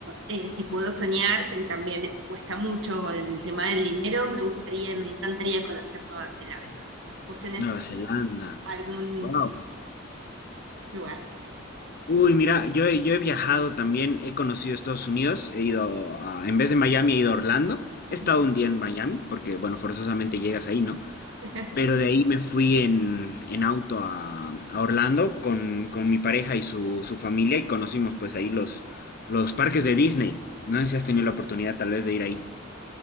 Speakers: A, on the right (about 65°); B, on the left (about 45°).
A: eh, si puedo soñar, que también cuesta mucho con el tema del dinero, me gustaría, me encantaría conocer Nueva Zelanda. ¿Vos tenés
B: Nueva Zelanda.
A: algún
B: Wow.
A: lugar?
B: Uy, mira, yo, he- yo he viajado también, he conocido Estados Unidos, he ido a, en vez de Miami, he ido a Orlando.
A: Ujú.
B: He estado un día en Miami, porque bueno, forzosamente llegas ahí, ¿no?
A: <laughs>
B: Pero de ahí me fui en, en auto a, a Orlando con, con mi pareja y su, su familia y conocimos pues ahí los, los parques de Disney. No sé si has tenido la oportunidad tal vez de ir ahí.